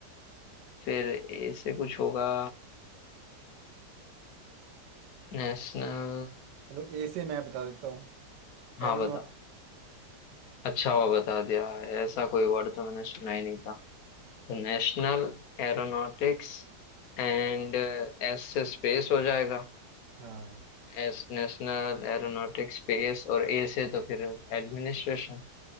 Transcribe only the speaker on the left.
फिर ए से कुछ होगा नेशनल
हाँ
बताओ अच्छा हुआ बता दिया ऐसा कोई वर्ड तो मैंने सुना ही नहीं था नेशनल एरोनॉटिक्स एंड एस से स्पेस हो जाएगा
एस नेशनल एरोनॉटिक्स स्पेस और ए से तो फिर एडमिनिस्ट्रेशन